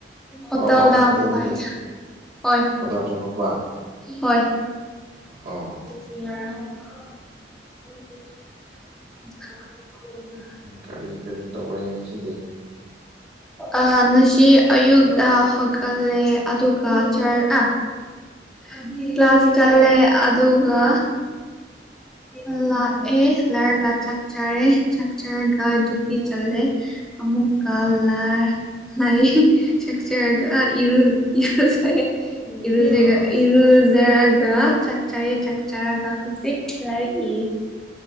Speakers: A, in the centre; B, on the right.
A: ꯍꯣꯠꯇꯦꯜꯗ
B: ꯑꯣ ꯑꯣ ꯍꯣꯇꯦꯜꯗꯒꯤ
A: <unintelligible>
B: ꯑꯣꯗꯔ ꯇꯧꯔꯛꯄ ꯑꯣ
A: ꯌꯥ <unintelligible>
B: ꯀꯔꯤ ꯀꯔꯤ ꯇꯧꯔꯦ ꯉꯁꯤꯗꯤ
A: ꯑꯥ ꯉꯁꯤ ꯑꯌꯨꯛꯇ ꯍꯧꯒꯜꯂꯦ ꯑꯗꯨꯒ ꯆꯔ ꯑ <unintelligible> ꯀ꯭ꯂꯥꯁ ꯆꯂꯦ ꯑꯗꯨꯒ ꯑꯂꯑꯦ ꯂꯔꯒ ꯆꯥꯛ ꯆꯔꯦ ꯆꯥꯛ ꯆꯔꯒ ꯗꯨꯇꯤ ꯆꯜꯂꯦ ꯑꯃꯨꯛꯀꯜꯂ
B: ꯑꯥ
A: ꯂꯩ ꯆꯦꯛꯆꯒ ꯏꯔ ꯏꯔꯨꯖꯦ ꯏꯔꯨꯒ
B: ꯑꯥ
A: ꯏꯔꯨ ꯐꯖꯔꯒ ꯆꯥꯛꯆꯥꯏ ꯆꯥꯛꯆꯔꯒ ꯍꯧꯖꯤꯛ ꯂꯔꯛꯏ